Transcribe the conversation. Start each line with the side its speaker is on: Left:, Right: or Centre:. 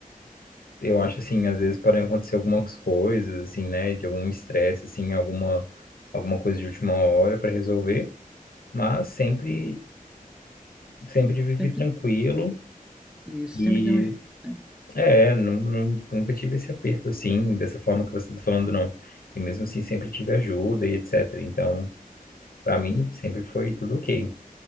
Left: Eu acho assim, às vezes podem acontecer algumas coisas, assim, né, de algum estresse, assim, alguma alguma coisa de última hora para resolver, mas sempre sempre vivi
Centre: Sempre
Left: tranquilo
Centre: isso,
Left: e
Centre: sempre deu um jeito, né?
Left: é, não, não- nunca tive esse aperto assim, dessa forma que você está falando, não. E mesmo assim sempre tive ajuda e etc. Então, para mim sempre foi tudo ok.